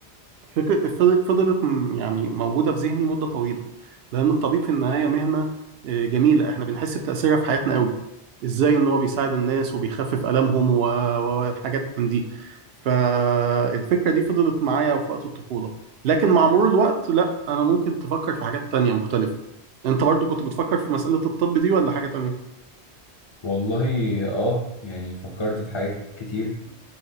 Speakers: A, on the right; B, on the left.
A: فكرة فضل- فضلت م- يعني موجودة في ذهني مدة طويلة لأن الطبيب في النهاية مهنة آه، جميلة إحنا بنحس بتأثيرها في حياتنا قوي إزاي إن هو بيساعد الناس وبيخفف آلامهم و- وحاجات من دي فالفكرة دي فضلت معايا في وقت الطفولة لكن مع مرور الوقت لا أنا ممكن تفكر في حاجات تانية مختلفة أنت برضو كنت بتفكر في مسألة الطب دي ولا حاجة تانية؟
B: والله اه يعني فكرت في حاجات كتير